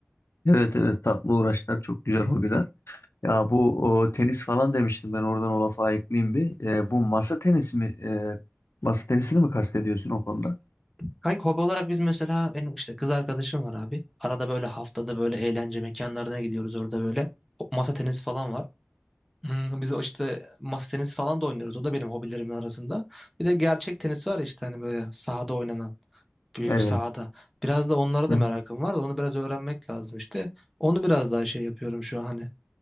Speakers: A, on the left; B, in the centre.
A: Evet evet tatlı uğraşlar çok güzel hobiler. Ya bu o, tenis falan demiştim ben oradan o lafı ayıklayayım bir. E, bu masa tenisi mi e, masa tenisini mi kastediyorsun o konuda?
B: Kanka hobi olarak biz mesela benim işte kız arkadaşım var abi. Arada böyle haftada böyle eğlence mekanlarına gidiyoruz orada böyle. Masa tenisi falan var. Hmm, biz o işte masa tenisi falan da oynuyoruz. O da benim hobilerimin arasında. Bir de gerçek tenis var ya işte hani böyle sahada oynanan. Büyük
A: Evet.
B: sahada. Biraz da onlara
A: Hı.
B: da merakım var da onu biraz öğrenmek lazım işte. Onu biraz daha şey yapıyorum şu an hani.